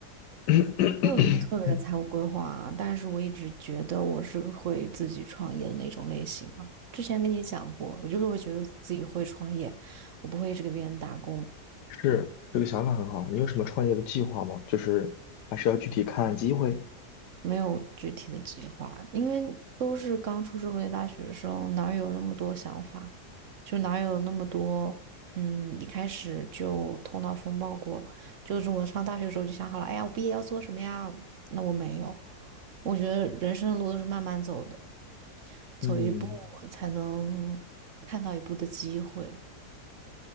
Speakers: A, on the left; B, on the right.
A: <coughs> <clears throat>
B: 没有什么特别的财务规划啊，但是我一直觉得我是个会自己创业的那种类型嘛。之前跟你讲过，我就是会觉得自己会创业，我不会一直给别人打工。
A: 是，这个想法很好。你有什么创业的计划吗？就是还是要具体看机会。
B: 没有具体的计划，因为都是刚出社会的大学生，哪有那么多想法？就哪有那么多，嗯，一开始就头脑风暴过。就是我上大学的时候就想好了，哎呀，我毕业要做什么呀？那我没有，我觉得人生的路都是慢慢走的，走一步才能看到一步的机会。
A: 嗯